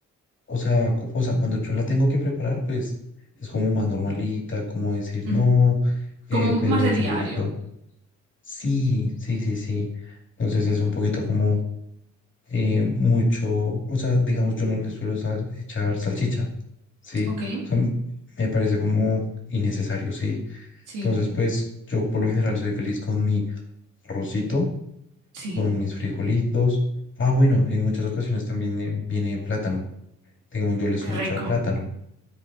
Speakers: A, on the left; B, on the right.
A: o sea, cu- o sea, cuando yo la tengo que preparar, pues es como más normalita, como decir,
B: Ujú.
A: no,
B: Como
A: eh,
B: más
A: pues le
B: de
A: echo
B: diario.
A: un poquito. Sí, sí, sí, sí. Entonces es un poquito como eh, mucho, o sea, digamos, yo no le suelo usar- echar salchicha Sí,
B: Ok.
A: o sea, m- me parece como innecesario, sí.
B: Sí.
A: Entonces, pues yo por lo general soy feliz con mi arrocito,
B: Sí.
A: con mis frijolitos. Ah, bueno, en muchas ocasiones también viene, viene plátano. Digamos, yo le suelo
B: Qué rico.
A: echar plátano,